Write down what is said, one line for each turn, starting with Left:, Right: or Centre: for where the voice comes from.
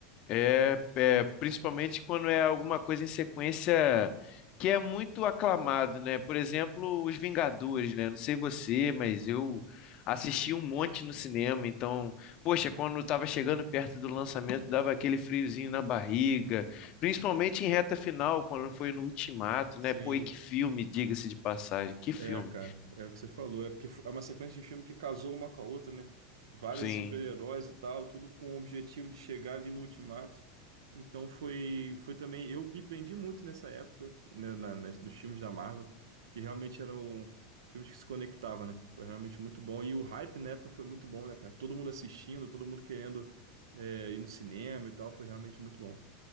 Left: É, é, principalmente quando é alguma coisa em sequência que é muito aclamado, né? Por exemplo, Os Vingadores, né? Não sei você, mas eu assisti um monte no cinema, então, poxa, quando estava chegando perto do lançamento, dava aquele friozinho na barriga, principalmente em reta final, quando foi no Ultimato,
Right: Sim.
Left: né? Pô, e que filme, diga-se de passagem, que
Right: É,
Left: filme.
Right: cara, é o que você falou. É porque é uma sequência de filme que casou uma com a outra, né? Vários
Left: Sim.
Right: super-heróis e tal, tudo com o objetivo de chegar ali no ultimato. Então foi, foi também. Eu me prendi muito nessa época, né, na- nas- nos filmes da Marvel, porque realmente eram filmes que se conectavam, né? Foi realmente muito bom. E o hype na época foi muito bom, né, cara? Todo mundo assistindo, todo mundo querendo, é, ir no cinema e tal, foi realmente muito bom.